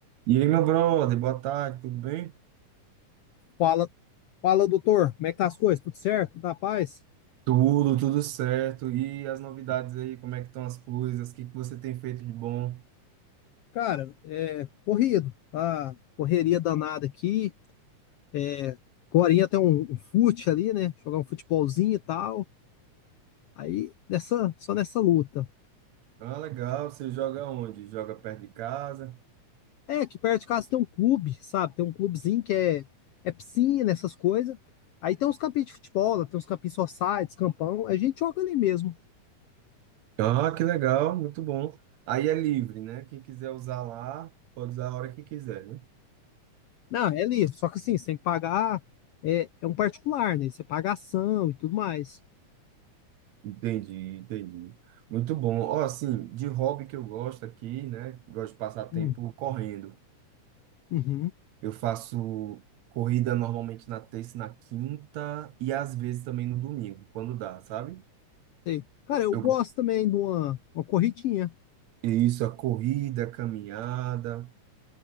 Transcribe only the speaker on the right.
E aí, meu brother, boa tarde, tudo bem?
Tudo, tudo certo. E as novidades aí, como é que estão as coisas? O que que você tem feito de bom?
Ah, legal, você joga onde? Joga perto de casa?
Ah, que legal, muito bom. Aí é livre, né? Quem quiser usar lá, pode usar a hora que quiser, né?
Entendi, entendi. Muito bom. Ó, assim, de hobby que eu gosto aqui, né? Gosto de passar tempo
correndo.
Eu faço corrida normalmente na terça e na quinta e às vezes também no domingo, quando dá, sabe?
Eu,
isso, a corrida, a caminhada,